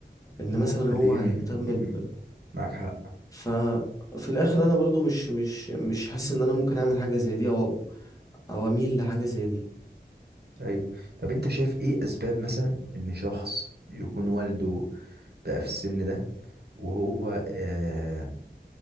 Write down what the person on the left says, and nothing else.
ان
مثلا
هو هيهتم
ب
ف في الاخر انا برضو مش مش مش حاسس ان انا ممكن اعمل حاجه زي دي او او اميل لحاجه زي دي